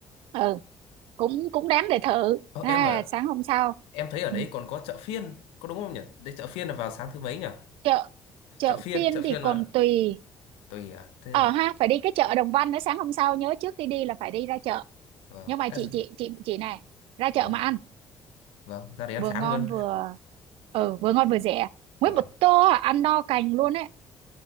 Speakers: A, on the right (about 80°); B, on the left (about 85°).
A: ừ cũng cũng đáng để thử
B: Ơ,
A: à
B: em ở
A: sáng hôm sau
B: em thấy ở đấy
A: ừ.
B: còn có chợ phiên có đúng không nhỉ đấy chợ phiên là vào sáng thứ mấy nhỉ
A: chợ chợ
B: chợ phiên
A: phiên
B: chợ phiên
A: thì còn
B: là
A: tùy
B: tùy à thế
A: ờ
B: là
A: ha phải đi cái chợ Đồng Văn nữa sáng hôm sau nhớ trước khi đi là phải đi ra chợ
B: vâng
A: nhưng mà
B: Ê,
A: chị chị chị chị này ra chợ
B: dạ
A: mà ăn
B: vâng ra đấy ăn
A: vừa
B: sáng
A: ngon
B: luôn
A: vừa ừ vừa ngon vừa rẻ nguyên
B: <laughs> vâng
A: một tô à, ăn no cành luôn ấy